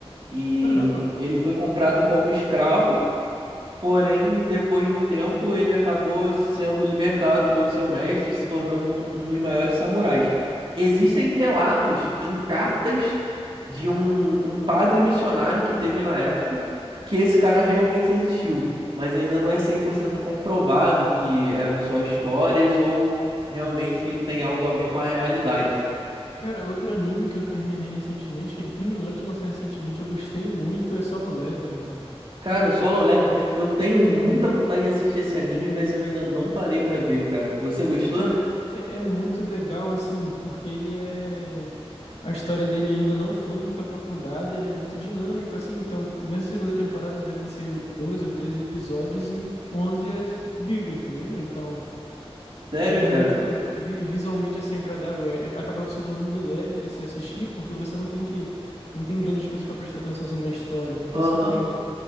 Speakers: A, on the right (about 55°); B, on the left (about 80°).
A: E
B: Caramba.
A: ele foi comprado como escravo Porém, depois de um tempo, ele acabou sendo libertado pelo seu mestre, se tornando um, um dos maiores samurais. Existem relatos em cartas de um, um padre missionário que teve na época que esse cara realmente existiu, mas ainda não é 100% comprovado que eram só histórias ou realmente tem algo a ver com a realidade.
B: Cara, outro anime que eu terminei recentemente, que ele terminou de lançar recentemente, eu gostei muito, é Solo Leveling, cara.
A: Cara, Solo Leveling, eu tenho muita vontade de assistir esse anime, mas eu ainda não parei pra ver, cara. Você gostou?
B: Cara, é, é muito legal, assim, porque ele é. A história dele ainda não foi muito aprofundada, ele é muito dinâmico, assim. Então, nessa segunda temporada devem ser 12 ou 13 episódios, e em 11 é briga, entendeu? Então.
A: Sério,
B: Então,
A: cara?
B: é muito vi- visualmente assim agradável, é, acaba se tornando leve de se assistir, porque você não tem que não tem grandes coisas pra prestar atenção assim na história, porque
A: Aham.
B: é só briga.